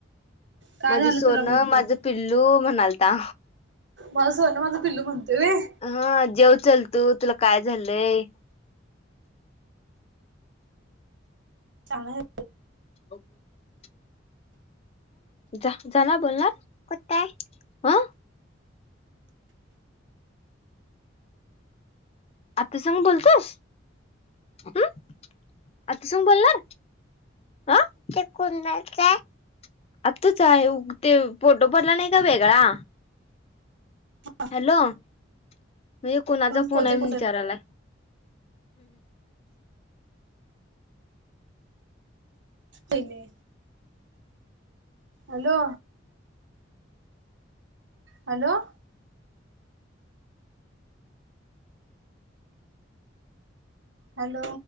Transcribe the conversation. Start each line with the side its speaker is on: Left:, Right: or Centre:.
Right: काय
Left: माझं
Right: झालं
Left: सोनं
Right: तुला म्हणतोय.
Left: माझं पिल्लू म्हणालता.
Right: माझं सोना माझं पिल्लू म्हणतोय वेय.
Left: हा जेव चल तू तुला काय झालंय?
Right: <unintelligible>
Left: <unintelligible> जा जाणार बोलणार आहे <unintelligible> हां. आत्या संग बोलतोयस उम्म आत्या संग बोलणार? आं. <unintelligible> आत्तूच आहे उ त्योव फोटो भरला नाय का वेगळा.
Right: आ हा.
Left: हॅलो म्हणजे कोणाचा फोन
Right: कोते
Left: आहे म्हणून
Right: कोते
Left: विचारायला.
Right: हिने हॅलो. हॅलो. हॅलो.